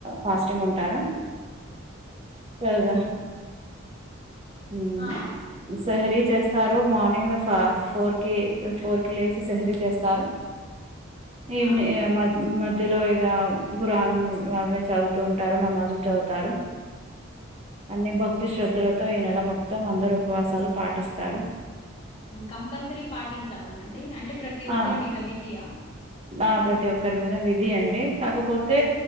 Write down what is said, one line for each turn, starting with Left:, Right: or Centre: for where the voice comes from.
Right: ఫాస్టింగ్ ఉంటారు సర్ హుమ్మ్
Left: ఆ
Right: సహేరి చేస్ స్తారు మార్నింగ్ ఫోర్ కి ఫోర్ కి లేచి సహేరి చేస్తారు ఈవని
Left: ఆ
Right: మా మధ్యలో ఆ ఖురాన్ అవే చదువుతూ ఉంటారు నమాజు లు చదువుతారు అన్ని భక్తి శ్రద్ధలతో తో ఈ నెల మొత్తం అందరు ఉపవాసాలు పాటిస్తారు
Left: కంపల్సరీ పాటించాలా అండి అంటే ప్రతి ఒక్కరి
Right: ఆ
Left: మీద విధియా
Right: ఆ ఆ ప్రతి ఒక్కరు మీద విధి అండి కాకపోతే